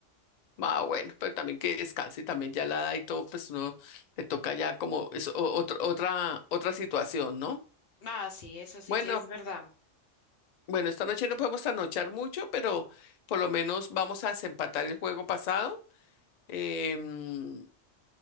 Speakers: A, on the left (about 85°); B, on the left (about 55°).
A: Ah, bueno, pero también que descanse, también ya la edad y todo, pues uno le toca ya como es o- otro otra, otra situación, ¿no?
B: Ah, sí, eso sí,
A: Bueno,
B: sí es verdad.
A: bueno, esta noche no podemos trasnochar mucho, pero por lo menos vamos a desempatar el juego pasado. Em,